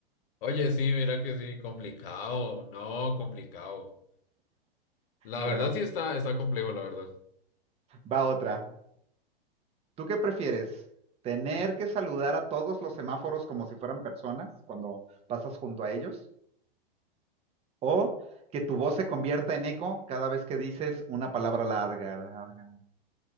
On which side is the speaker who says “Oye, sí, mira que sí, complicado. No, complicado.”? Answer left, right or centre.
Left